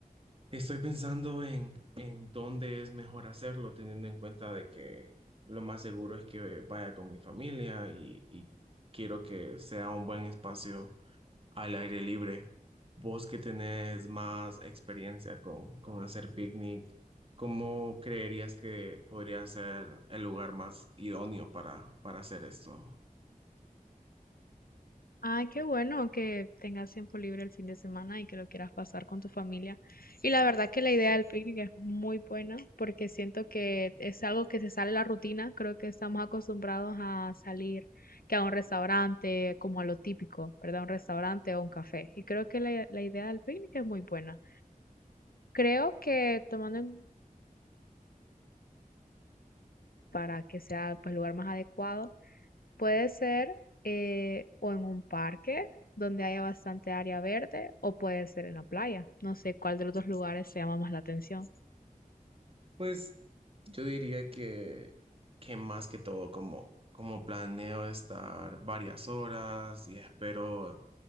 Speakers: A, on the right; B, on the left.
A: Estoy pensando en, en dónde es mejor hacerlo, teniendo en cuenta de que lo más seguro es que vaya con mi familia y, y quiero que sea un buen espacio al aire libre. Vos que tenés más experiencia con, con hacer picnic, ¿cómo creerías que podría ser el lugar más idóneo para, para hacer esto?
B: Ay, qué bueno que tengas tiempo libre el fin de semana y que lo quieras pasar con tu familia. Y la verdad que la idea del picnic es muy buena porque siento que es algo que se sale de la rutina. Creo que estamos acostumbrados a salir que a un restaurante, como a lo típico, ¿verdad? Un restaurante o un café. Y creo que la, la idea del picnic es muy buena. Creo que tomando en para que sea pues, el lugar más adecuado. Puede ser eh, o en un parque donde haya bastante área verde o puede ser en la playa. No sé cuál de los dos lugares se llama más la atención.
A: Pues yo diría que, que más que todo, como, como planeo estar varias horas y espero